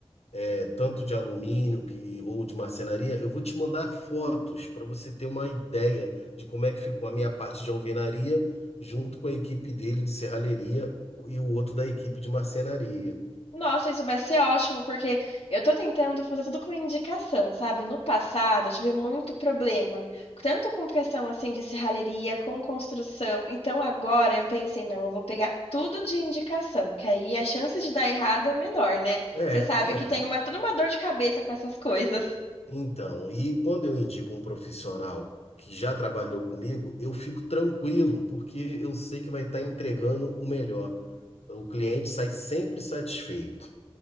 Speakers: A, on the left; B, on the left.
A: é, tanto de alumínio que ou de marcenaria, eu vou te mandar fotos para você ter uma ideia de como é que ficou a minha parte de alvenaria junto com a equipe dele de serralheria e o outro da equipe de marcenaria.
B: Nossa, isso vai ser ótimo, porque eu tô tentando fazer tudo com indicação, sabe? No passado, eu tive muito problema, tanto com questão assim de serralheria, com construção. Então agora eu pensei, não, eu vou pegar tudo de indicação, que aí a chance de dar errado é menor, né?
A: É,
B: Você sabe
A: é.
B: que tem uma toda uma dor de cabeça com essas coisas.
A: Então, e quando eu indico um profissional que já trabalhou comigo, eu fico tranquilo, porque eu sei que vai estar entregando o melhor. O cliente sai sempre satisfeito.